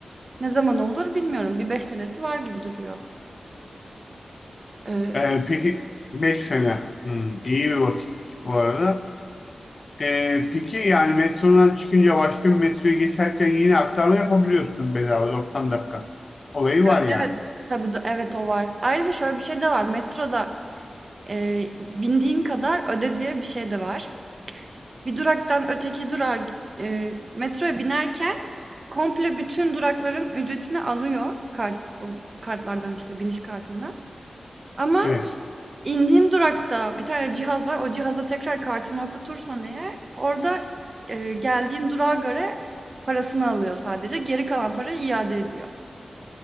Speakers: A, on the right; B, on the left.
A: ne zaman olur bilmiyorum. Bir beş senesi var gibi duruyor. Ee,
B: Ee, peki 5 sene. Hı, iyi bir vakit bu arada. Ee, peki yani metrodan çıkınca başka bir metroya geçerken yine aktarma yapabiliyorsun bedava 90 dakika. Olayı var
A: e-
B: yani.
A: evet, tabii de- evet o var. Ayrıca şöyle bir şey de var. Metroda e, bindiğin kadar öde diye bir şey de var. Bir duraktan öteki durağa gi- metroya binerken komple bütün durakların ücretini alıyor kart o kartlardan işte biniş kartından. Ama
B: Evet.
A: indiğin durakta bir tane cihaz var. O cihaza tekrar kartını okutursan eğer orada eee, geldiğin durağa göre parasını alıyor sadece. Geri kalan parayı iade ediyor.